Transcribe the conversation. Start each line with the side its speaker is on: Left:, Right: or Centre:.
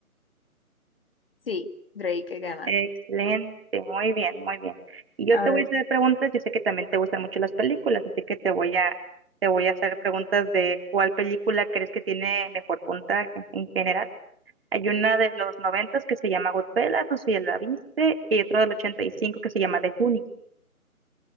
Left: Sí, Drake gana.
Right: Excelente, muy bien, muy bien. Y yo
Left: A
Right: te
Left: ver,
Right: voy a hacer preguntas, yo sé que también te gustan mucho las películas, así que te voy a, te voy a hacer preguntas de cuál película crees que tiene mejor puntaje en general. Hay una de los noventas que se llama Goodfellas, no sé si ya la viste, y otra del 85 que se llama The Goonies,